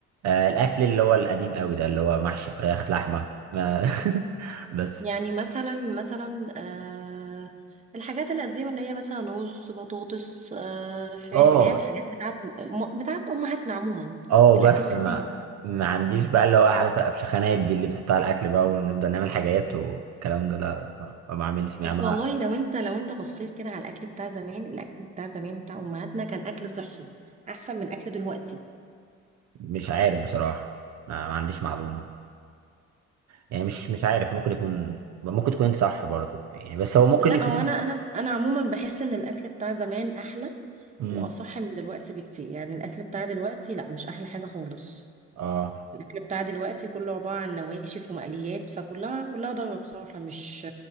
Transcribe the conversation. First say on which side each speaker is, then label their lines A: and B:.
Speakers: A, on the right; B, on the right.
A: آه الاكل اللي هو القديم قوي ده اللي هو محشي فراخ لحمه ما... <laughs> بس
B: يعني مثلا مثلا آه الحاجات القديمة اللي هي مثلا رز بطاطس آه فراخ
A: اه
B: اللي هي الحاجات بتاعت م- بتاعت أمهاتنا عموما
A: اه
B: الأكل
A: بس
B: القديم
A: ما ما عنديش بقى اللي هو عارف الابشخانات دي اللي بتحطها على الاكل بقى ونفضل نعمل حاجات والكلام ده لا ما ما بعملش يعني
B: بس والله لو انت لو انت بصيت كده على الأكل بتاع زمان الأكل بتاع زمان بتاع أمهاتنا كان أكل صحي أحسن من أكل دلوقتي
A: مش عارف بصراحة ما, ما عنديش معلومة يعني مش مش عارف ممكن يكون ممكن تكون انت صح برضو يعني بس هو ممكن
B: لا
A: يكون
B: هو أنا أنا أنا عموما بحس إن الأكل بتاع زمان أحلى
A: امم
B: وأصح من دلوقتي بكتير يعني الأكل بتاع دلوقتي لا مش أحلى حاجة خالص
A: اه
B: الاكل بتاع دلوقتي كله عباره عن نواشف ومقليات فكلها كلها ضاره بصراحه مش